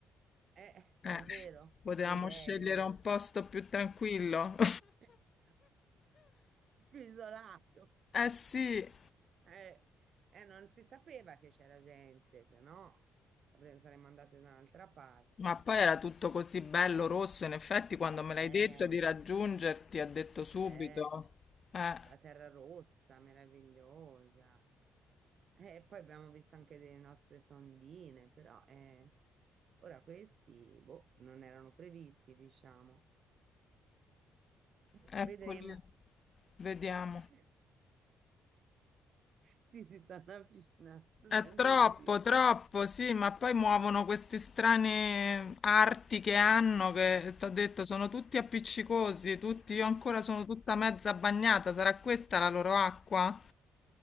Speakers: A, on the right; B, on the left.
A: eh, davvero,
B: eh, potevamo
A: che idee,
B: scegliere
A: vero?
B: un posto più tranquillo. <laughs>
A: <laughs> più isolato. <laughs>
B: Eh sì,
A: Eh, eh, non si sapeva che c'era gente, se no avremmo, saremmo andate da un'altra parte.
B: ma poi era tutto così bello rosso. In effetti, quando me
A: Eh,
B: l'hai detto di raggiungerti, ha detto subito.
A: eh,
B: Eh,
A: la Terra Rossa, meravigliosa. Eh, E poi abbiamo visto anche delle nostre sondine, però eh, ora questi, boh, non erano previsti, diciamo. Boh,
B: eccoli,
A: vedremo.
B: vediamo.
A: <laughs> Sì, si stanno avvicinando
B: È
A: sempre
B: troppo,
A: di più.
B: troppo, sì, ma poi muovono queste strane arti che hanno, che ti ho detto, sono tutti appiccicosi, tutti, io ancora sono tutta mezza bagnata, sarà questa
A: <laughs>
B: la loro acqua?